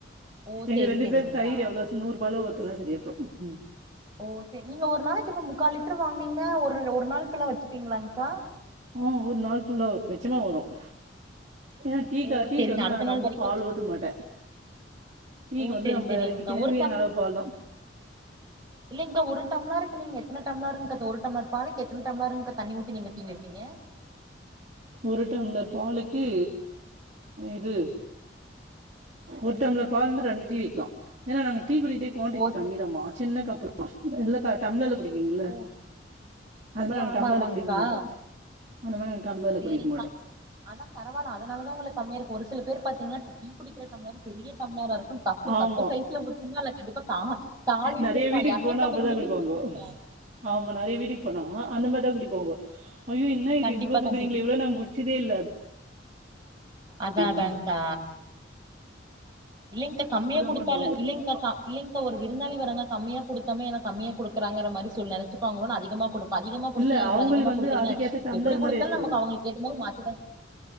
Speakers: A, on the right; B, on the right.
A: ஓ
B: எங்க
A: சேரி
B: ரெண்டு
A: சேரிங்க்கா
B: பேர் தயிர் எவ்ளோ ச நூறு ரூபால்ல ஊத்தனா சரி போயிரும்
A: ஓ செரி நீங்க ஒரு நாளைக்கு இப்ப முக்கால் லிட்டரு வாங்கனீங்கன்னா ஒரு ஒரு நாள் ஃபுல்லா வச்சிப்பீங்களாங்க்கா
B: ம் ஒரு நாள் ஃபுல்லா மிச்சமா வரும் ஏனா டீக்கா
A: ஓ
B: டீக்கா
A: சேரி
B: வந்து
A: அடுத்த
B: நான்
A: நாள்
B: ரொம்ப
A: வரைக்கு
B: பால்
A: வச்சு
B: ஊத்த மாட்டன் டீக்கு
A: ஓ
B: வந்து
A: சேரி
B: நம்ப
A: சேரிங்க்கா
B: அதுக்கு தேவையான
A: ஒரு
B: அளவு பால்தா
A: இல்லங்க்கா ஒரு டம்ளாருக்கு நீங்க எத்தன டம்ளாருங்க்கா இப்ப ஒரு டம்ளார் பாலுக்கு எத்தன டம்ளாருங்க்கா தண்ணி ஊத்தி நீங்க டீ வைப்பீங்க
B: ஒரு டம்ளர் பாலுக்கு இது ஒரு டம்ளர் பால் வந்துட்டு ரெண்டு டீ வைக்கலாம் ஏன்னா நாங்க டீ குடிக்கதே குவாண்டிட்டி
A: ஓ
B: கம்மிதாமா
A: சரி.
B: சின்ன கப்பு இல்லக்கா டம்ளார்ல குடிக்கிங்க இல்ல
A: ஓ
B: அது மாரி
A: ஓ
B: நாங்க
A: ஆமா
B: டம்ளார்ல
A: ஆமாங்க்கா
B: குடிக்க மாட்டோம் அந்த மாரி நாங்க டம்ளார்ல
A: சேரிங்
B: குடிக்க மாட்டோம்
A: ஆனா பரவாயில்ல அதனால தா உங்களுக்கு கம்மியா இருக்கு ஒரு சில பேர் பாத்தீங்கன்னா டீ குடிக்கிற டம்ளாரு பெரிய டம்ளாரா இருக் கும் கப்பு
B: ஆமா
A: கப்பு சைஸ்ல ஊத்துன்னா இல்ல கண்டிப்பா கா காலிட்டரு
B: நெறைய வீட்டுக்கு
A: பா எரநூத்தம்பது
B: போனா அப்டிதா
A: மில்லி
B: குடிப்பாங்கோ
A: குடுத்துருப்பன்
B: ஆமா நறையா வீட்டுக்கு போனா அந்த மாதிரிதா குடிக்குவாங்கோ ஐயோ என்ன இது
A: கண்டிப்பா
B: இவ்ளோ குடுக்குறீங்களே
A: கண்டிப்
B: இவ்ளோ நாங்க குடுச்சதே இல்ல
A: அதான்
B: அப்டின்னுவோ
A: அதான்க்கா இல்லைங்க்கா கம்மியா
B: அப்டிதா
A: குடுத்தாலும்
B: பண்ணுவாங்க
A: இல்லைங்க க இல்லிங்கப்ப ஒரு விருந்தாளி வராங்க கம்மியா குடுத்தமே ஏனா கம்மியா குடுக்குறாங்கிற மாரி சூழ்நெல சிப்பாங்களோனு அதிகமா குடுப்போ அதிகமா குடுத்து
B: இல்ல
A: ஏன் இவ்ளோ
B: அவங்களுக்கு
A: அதிகமா
B: வந்து
A: குடுக்குறீங்க
B: அதுக்கேத்த டம்ளர்
A: எப்டி குடுத்தாலு
B: மாரி வச்சுட்டுக்குறோ
A: நமக்கு அவுங்களுக் என்னமோ ஒரு மாத்தி மாத்தி